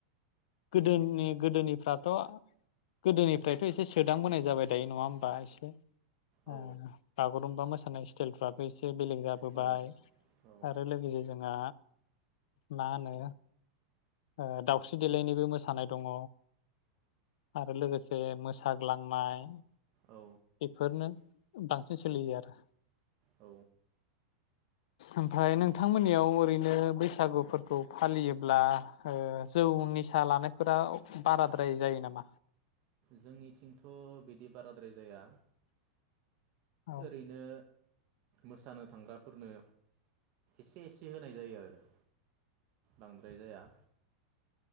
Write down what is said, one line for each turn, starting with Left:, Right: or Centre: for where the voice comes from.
Left: गोदोनि गोदोनिफ्राथ' गोदोनिफ्रायथ' एसे सोदांबोनाय जाबाय दायो नङा होमबा एसे <unintelligible>
Right: औ
Left: बा मोसानाय हटेलफ्राबो एसे एसे बेलेग जाबोबाय
Right: औ औ
Left: आरो लोगोसे जोंहा मा होनो ओ दावस्रि देलायनिबो मोसानाय दङ आरो लोगोसे जे मोसाग्लांनाय
Right: औ
Left: बेफोरनो बांसिन सोलियो आरो
Right: औ
Left: ओमफ्राय नोंथांमोननियाव ओरैनो बैसागुफोरखौ फालियोब्ला ओ जौ निसा लानायफोरा बाराद्राय जायो नामा
Right: जोंनिथिंथ' बिदि बाराद्राय जाया
Left: औ
Right: ओरैनो मोसानो थांग्राफोरनो एसे एसे होनाय जायो आरो बांद्राय जाया